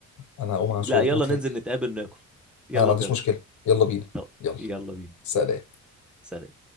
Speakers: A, on the left; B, in the centre.
A: انا هقوم عشان
B: لا
A: اظبط
B: يلا ننزل
A: لي
B: نتقابل ناكل يلا
A: انا ما عنديش
B: بجد
A: مشكله يلا بينا
B: طب
A: يلا
B: يلا بينا
A: سلام
B: سلام